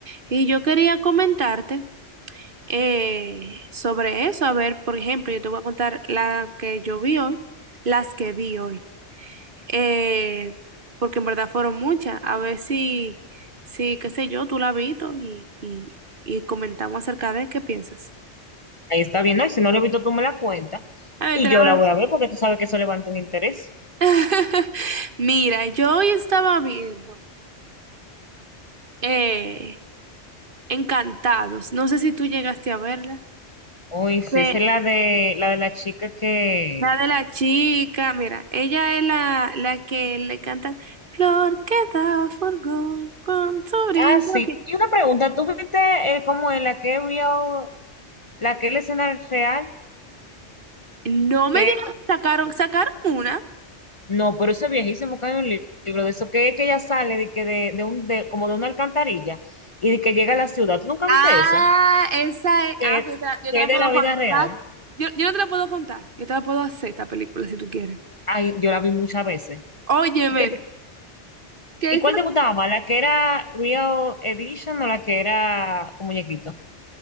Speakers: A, on the right (about 50°); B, on the left (about 35°).
A: Y yo quería comentarte eh, sobre eso. A ver, por ejemplo, yo te voy a contar la que yo vi hoy, las que vi hoy. eh, porque en verdad fueron muchas. A ver si, si, qué sé yo, tú la has visto y, y, y comentamos acerca de qué piensas.
B: ahí está bien, ¿no? Y si no lo he visto, tú me la cuentas
A: A ver,
B: y
A: te la
B: yo
A: voy
B: la
A: a-
B: voy a ver porque tú sabes que eso levanta un interés.
A: <laughs> Mira, yo hoy estaba viendo eh, Encantados. No sé si tú llegaste a verla.
B: Uy, sí,
A: De,
B: esa es la de la de la chica que.
A: la de la chica, mira, ella es la, la que le cantan Flor que da forgón con tu brillo.
B: Ah, sí.
A: que-".
B: Y una pregunta, ¿tú viste eh, cómo es la que es real, la que es la escena real?
A: No
B: Que
A: me digas, sacaron, sacaron una.
B: no, pero eso es viejísimo, que hay un li- libro de eso, que es que ella sale de que de, de un de, como de una alcantarilla y de que llega a la ciudad. ¿Tú nunca
A: Ah,
B: viste esa?
A: esa es.
B: Que,
A: Ah, pero yo te la, yo
B: que
A: te la
B: es de
A: puedo
B: la
A: contar.
B: vida real.
A: Yo, yo no te la puedo contar. Yo te la puedo hacer esa película si tú quieres.
B: Ay, yo la vi muchas veces.
A: Óyeme,
B: ¿Y, qué te-
A: que
B: y
A: esa,
B: cuál te gustaba más? ¿La que era Real Edition o la que era con muñequito?